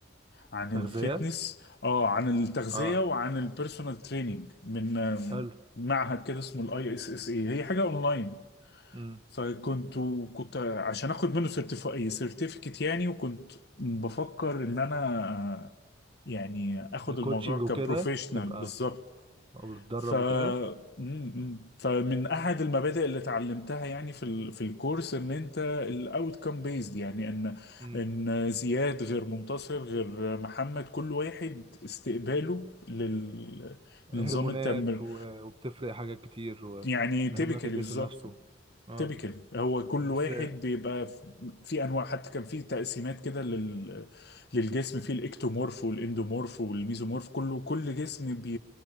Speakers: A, on the left; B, on the right.
A: عن الفيتنس
B: تغذية
A: اه عن التغذية
B: اه
A: وعن البيرسونال تريننج من
B: حلو
A: معهد كده اسمه الاي اس اس اي هي حاجة اونلاين
B: مم.
A: فكنت كنت عشان اخد منه سيرتيفيكت يعني وكنت بفكر ان انا آه، يعني اخد
B: الكوتشنج
A: الموضوع كبروفيشنال
B: وكده تبقى
A: بالظبط
B: او تتدرب
A: ف م-
B: وكده
A: م. فمن احد المبادئ اللي اتعلمتها يعني في ال... في الكورس ان انت الاوت كام بيزد يعني ان
B: مم.
A: ان زياد غير منتصر غير محمد كل واحد استقباله لل... لنظام
B: هرمونات
A: التمر
B: و- وبتفرق حاجات كتير و-
A: يعني تيبيكالي
B: وهرمونات الجسم
A: بالظبط
B: نفسه اه
A: تيبيكالي هو كل
B: بس
A: واحد بيبقى في في انواع حتى كان في تقسيمات كده لل... للجسم في الاكتومورف والاندومورف والميزومورف كله كل جسم